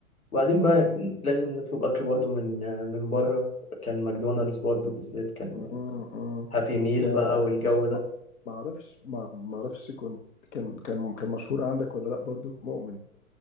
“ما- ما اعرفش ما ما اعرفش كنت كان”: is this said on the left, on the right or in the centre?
Left